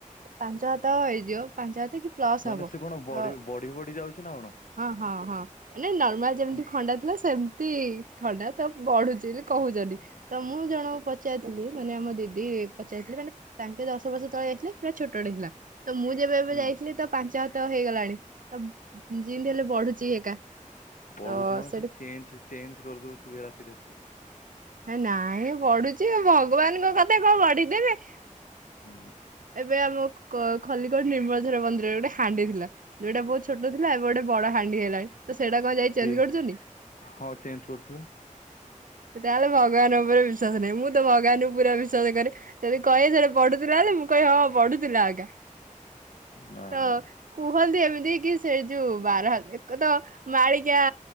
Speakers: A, on the right; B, on the left.
A: ପାଞ୍ଚ ହାତ ହେଇଯିବ ପାଞ୍ଚ ହାତ କି ପ୍ଲସ୍
B: ମାନେ
A: ହବ
B: ସେ କଣ
A: ତ
B: ବଢି ବଢି ବଢି ଯାଉଛି ନା କଣ?
A: ହଁ ହଁ ହଁ ନାଇ ନର୍ମାଲ ଯେମିତି
B: କି-
A: ଖଣ୍ଡା ଥିଲା ସେମତି ଖଡ଼ା ତ ବଢୁଛି ବୋଲି କହୁଛନ୍ତି। ତ ମୁଁ ଜଣ ପଚାରିି ନେଇ ମାନେ ଆମ ଦିଦି ପଚାରଥିଲି ମାନେ ତାଙ୍କେ ଦଶ ବର୍ଷ ତଳେ ଯାଇ ଥିଲେ ପୁରା ଛୋଟଟେ ହେଇଥିଲା। ତ ମୁଁ ଯେବେ ଏବେ
B: ହୁଁ
A: ଯାଇଥିଲ ତ ପାଞ୍ଚ ତ ହେଇଗଲାଣି ତ ଯେମିତି ହେଲେ ବଢୁଛି ଏକା।
B: ପଢୁଛି
A: ତ
B: କଣ
A: ସେଠି
B: ସେ ଚେଞ୍ଜ ଚେଞ୍ଜ କରିଦଉ ସୁୁବେଳାତି ଥି
A: ନାଇଁ ପଢୁଛି ଭଗବାନଙ୍କ କଥା କଣ ପଢିଦେବେ।
B: ହୁଁ।
A: ଏବେ ଆମ କ ଖଲିକୋଟ ନିର୍ମଳଧଝର ମନ୍ଦିର। ଗୋଟେ ହାଣ୍ଡି ଥିଲା ଯୋଉଟା ବହୁଛି ଛୋଟ ଥିଲା ଏବେ ଗୋଟେ ବଡ ହାଣ୍ଡି ହେଲାଣି। ତ ସେଇଟା କଣ ଯାଇ ଚେଞ୍ଜ
B: ସିଏ
A: କରୁଛନ୍ତି।
B: ହଁ ଚେଞ୍ଜ କରୁଥିଲେ।
A: ସେ ତାହେଲେ ଭଗବାନ ଉପରେ ବିଶ୍ଵାସ ନାହିଁ ମୁଁ ତ ଭଗବାନଙ୍କୁ ପୁରା ବିଶ୍ଵାସ କରେ ଯଦି କହେ ସେ ବଢୁଥିଲା ହେଲେ ମୁଁ କହ ହଁ ବଢୁଥିଲା ଆଜ୍ଞା।
B: ନା
A: ତ
B: ନା ନା।
A: କୁହନ୍ତି ଏବେ। କି ସେ ଯୋଉ ବାର ହା ଏକ ତ ମାଳିକା